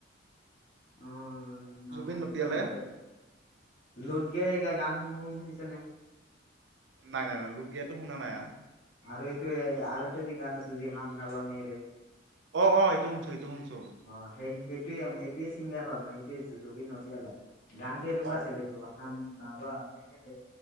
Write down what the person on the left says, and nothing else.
অ', নহয়
এইটো
নহয় লোত গেই গা গান শু শুনিছে নে?
আৰু এইটো আৰু এটা যি গান আছিল যি, হামনাৱা মেৰে
অ', সেই সেইটোৱে সেইটোৱে চিংগাৰ হয়, সেইটোৱে জুবিন নটিয়াল হয়, গানতো এনেকুৱা
আছিলে এইটো হমনাবা মেৰে